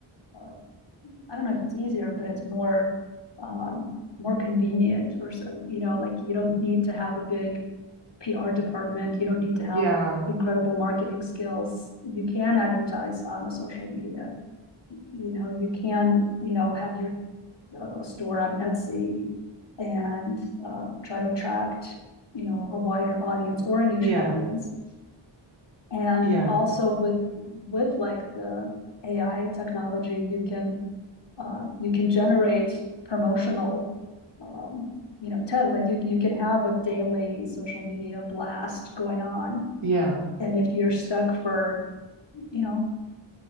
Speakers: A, on the left (about 60°); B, on the right (about 75°).
A: uh, I don't know if it's easier, but it's more um, more convenient or so, you know, like you don't need to have a big PR department. You don't need to have
B: Yeah.
A: incredible marketing skills. You can advertise on a social media. You know, you can, you know, have your uh, store on Etsy and uh, try to attract, you know, a wider audience or a niche
B: Yeah.
A: audience. And
B: Yeah.
A: also with, with like the AI technology, you can, uh, you can generate promotional, um, you know, te- like you, you can have a daily social media blast going on.
B: Yeah.
A: And if you're stuck for, you know,